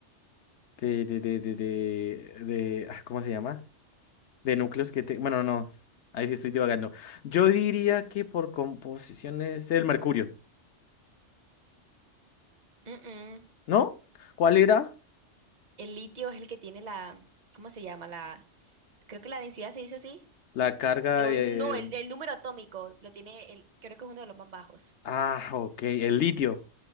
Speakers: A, on the left (about 70°); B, on the right (about 40°).
A: de, de, de, de, de- de- ah, ¿cómo se llama? De núcleos que te, bueno, no, ahí sí estoy divagando. Yo diría que por composición es el mercurio,
B: Mm, mm.
A: ¿no? ¿Cuál era?
B: El litio es el que tiene la, ¿cómo se llama? La, creo que la densidad se dice así.
A: La carga
B: Eh, o
A: de,
B: el- no, el, el número atómico lo tiene, el, creo que es uno de los más bajos.
A: ah, ok, el litio.